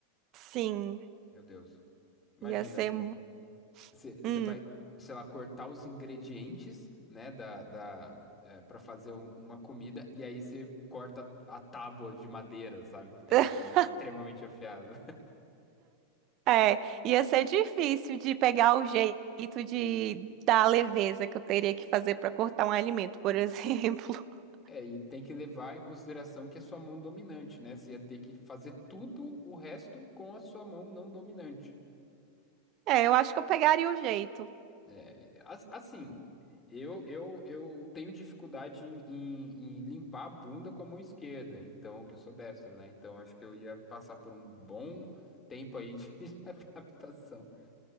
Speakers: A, on the right (about 45°); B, on the left (about 20°).
A: Sim,
B: Meu Deus. Imagina,
A: ia ser.
B: você
A: mu-
B: você-
A: Hum.
B: você vai, sei lá, cortar os ingredientes, né, da, da, é, pra fazer um- uma comida, e aí você corta a tábua de madeira, sabe? Porque
A: <laughs>
B: a katana é extremamente afiada.
A: É, ia ser difícil de pegar o jeito de dar a leveza que eu teria que fazer para cortar um alimento, por exemplo. <laughs>
B: É, e tem que levar em consideração que é sua mão dominante, né? Você ia ter que fazer tudo o resto com a sua mão não dominante.
A: É, eu acho que eu pegaria o jeito.
B: É, as- assim, eu, eu, eu tenho dificuldade em, em- em limpar a bunda com a mão esquerda, então, que eu sou destro, né? Então, acho que eu ia passar por um bom tempo aí de <laughs> adaptação.